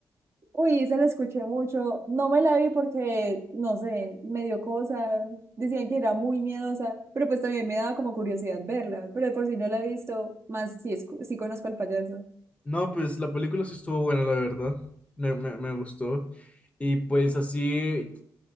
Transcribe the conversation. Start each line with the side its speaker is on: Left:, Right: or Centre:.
Right: Uy, esa la escuché mucho. No me la vi porque, no sé, me dio cosa. Decían que era muy miedosa, pero pues también me daba como curiosidad verla. Pero de por si no la he visto, más si, es, si conozco al payaso.
Left: No, pues la película sí estuvo buena, la verdad. Me, me- me gustó. Y pues así,